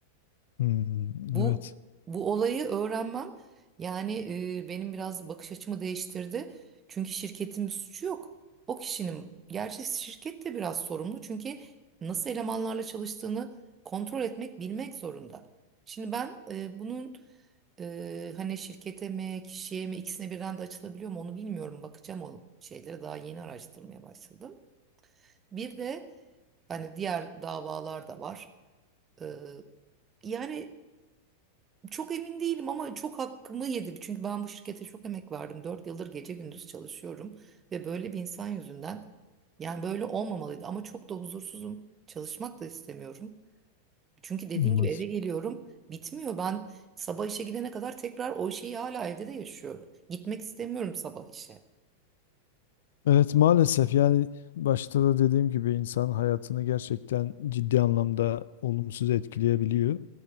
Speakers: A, on the left; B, on the right.
A: Hmm,
B: Bu
A: evet.
B: bu olayı öğrenmem yani e, benim biraz bakış açımı değiştirdi. Çünkü şirketin bir suçu yok. O kişinin gerçi şirket de biraz sorumlu çünkü nasıl elemanlarla çalıştığını kontrol etmek bilmek zorunda. Şimdi ben e, bunun e, hani şirkete mi kişiye mi ikisine birden de açılabiliyor mu onu bilmiyorum. Bakacağım o şeylere daha yeni araştırmaya başladım. Bir de hani diğer davalar da var. E, yani çok emin değilim ama çok hakkımı yedi. Çünkü ben bu şirkete çok emek verdim. 4 yıldır gece gündüz çalışıyorum ve böyle bir insan yüzünden yani böyle olmamalıydı ama çok da huzursuzum. Çalışmak da istemiyorum. Çünkü dediğin
A: Olmaz.
B: gibi eve geliyorum, bitmiyor. Ben sabah işe gidene kadar tekrar o şeyi hala evde de yaşıyorum. Gitmek istemiyorum sabah işe.
A: Evet maalesef yani başta da dediğim gibi insan hayatını gerçekten ciddi anlamda olumsuz etkileyebiliyor.